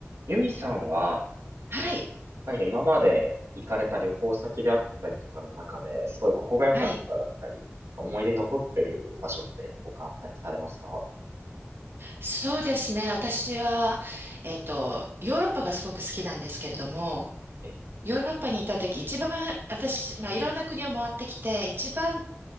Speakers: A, on the right (about 85°); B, on the right (about 55°).
A: ユミさんは
B: はい。
A: 何か今まで行かれた旅行先であったりとかの中で、すごいここが良かっただったり、
B: はい。
A: なんか思い出に残ってる場所ってどこかあったりされますか
B: そうですね。私は、えっと、ヨーロッパがすごく好きなんですけれども、
A: え、
B: ヨーロッパにいた時、一番私、まあ、いろんな国を回ってきて、一番、